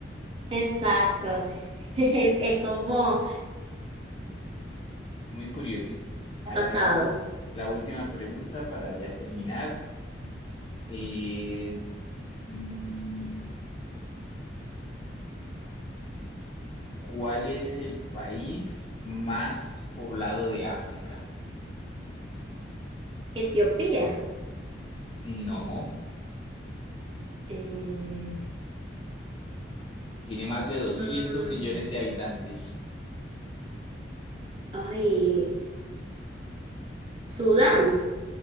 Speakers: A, on the right; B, on the left.
A: Exacto, <laughs> es, es como
B: Muy curioso.
A: ha
B: A
A: pasado.
B: ver, hagamos la última pregunta para ya terminar. Eh, mm, ¿cuál es el país más poblado de África?
A: Etiopía,
B: No.
A: eh,
B: Tiene más de 200
A: mm,
B: millones de habitantes.
A: ay, Sudán.